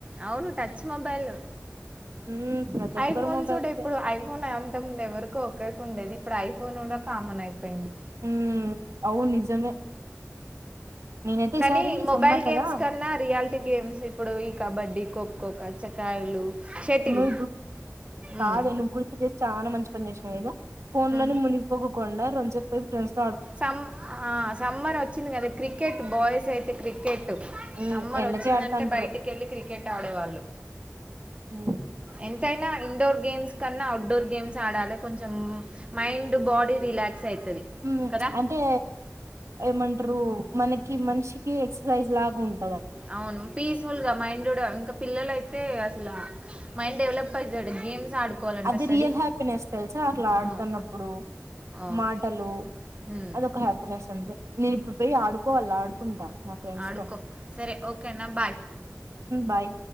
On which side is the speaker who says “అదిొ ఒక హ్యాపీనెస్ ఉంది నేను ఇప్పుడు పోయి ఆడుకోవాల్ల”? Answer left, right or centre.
Right